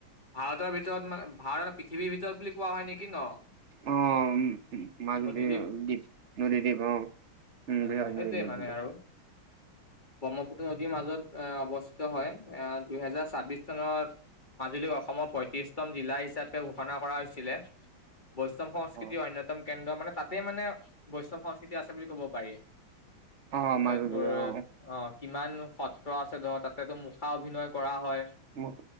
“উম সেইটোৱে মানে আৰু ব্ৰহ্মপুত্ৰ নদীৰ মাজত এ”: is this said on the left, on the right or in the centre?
Left